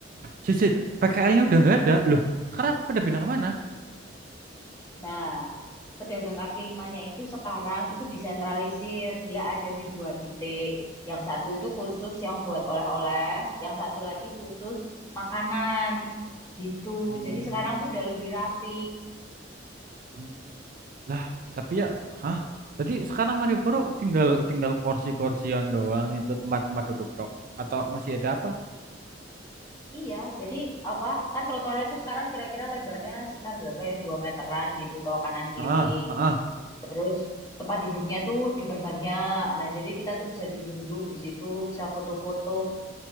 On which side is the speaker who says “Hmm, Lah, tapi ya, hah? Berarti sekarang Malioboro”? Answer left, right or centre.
Right